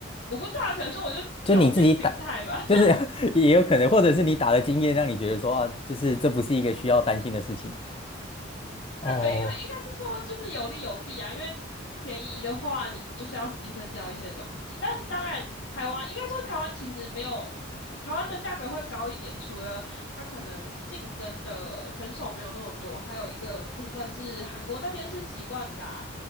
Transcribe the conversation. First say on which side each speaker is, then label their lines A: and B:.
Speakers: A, on the left; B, on the left.
A: 我不知道，可能是我就侥幸心态吧。
B: 就你自己打，
A: <laughs>
B: 就是 <laughs> 也有可能，或者是你打的经验让你觉得说啊，就是这不是一个需要担心的事情。哦
A: 对，因为应该是说就是有利有弊啊，因为便宜的话，你就是要牺牲掉一些东西。但当然，台湾应该说台湾其实没有，嗯，台湾的价格会高一点，除了它可能竞争的选手没有那么多，还有一个部分是韩国那边是习惯打，